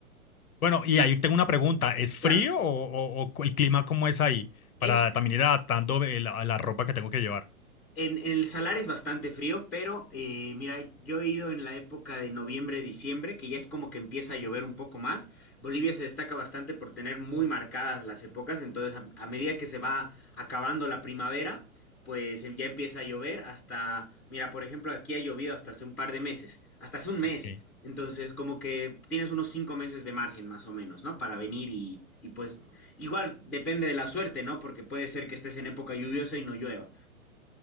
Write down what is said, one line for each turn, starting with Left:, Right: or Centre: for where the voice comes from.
Left: Bueno,
Centre: Entonces,
Left: y ahí tengo una pregunta. ¿Es frío
Centre: claro,
Left: o, o- o cu- el clima cómo es ahí? Para
Centre: es
Left: también ir adaptando el- a la ropa que tengo que llevar.
Centre: En, en el Salar es bastante frío, pero eh, mira, yo he ido en la época de noviembre, diciembre, que ya es como que empieza a llover un poco más. Bolivia se destaca bastante por tener muy marcadas las épocas, entonces a, a medida que se va acabando la primavera, pues em- ya empieza a llover hasta, mira, por ejemplo, aquí ha llovido hasta hace un par de meses, hasta hace un mes.
Left: Ok.
Centre: Entonces, como que tienes unos cinco meses de margen más o menos, ¿no? Para venir y, y pues igual depende de la suerte, ¿no? Porque puede ser que estés en época lluviosa y no llueva.